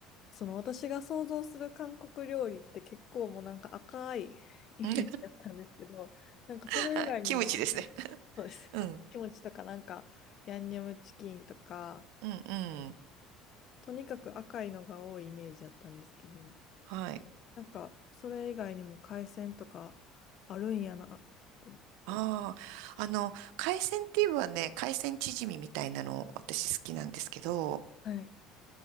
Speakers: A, on the left (about 45°); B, on the right (about 80°).
A: その私が想像する韓国料理って結構もうなんか赤いイメージだったんですけど、
B: うん
A: なんかそれ以外にもあんな、
B: はい <laughs> キムチですね。
A: そうです。
B: うん。
A: あ、キムチとかなんか、ヤンニョムチキンとか、
B: うん、うん。
A: とにかく赤いのが多いイメージだったんですけど、
B: はい。
A: なんか、それ以外にも海鮮とかあるんやなと思って。
B: ああ。あの、海鮮って言えばね、海鮮チヂミみたいなの私好きなんですけど、
A: はい。